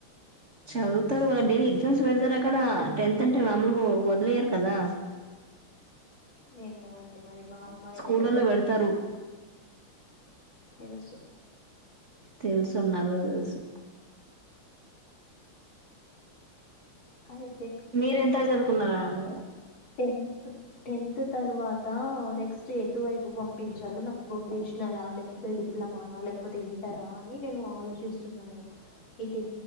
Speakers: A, on the right; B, on the left.
A: చదువుతారు వాళ్ళ డైలీ ఎగ్జామ్స్ బెడతారు అక్కడ టెన్త్ అంటే మాములుగా వదిలేయరు కదా
B: ఏమో అండి మరి మా అమ్మా ఆయన
A: స్కూళ్ళలో
B: అయితేనే
A: పెడతారు
B: తెలుసు
A: తెలుసు నాగు తెలుసు
B: అయ్
A: మీర ఎంత వరకు జదువుకున్నావ్
B: టెంత్త్ టెన్త్ తర్వాత నెక్స్ట్ ఎటు వైపు పంపించాలొ నాకు వొకేషనల్ లేకపోతే డిప్లొమానా లేకపోతే ఇంటరా అని నేను ఆలోచిస్తున్నాను ఈ టె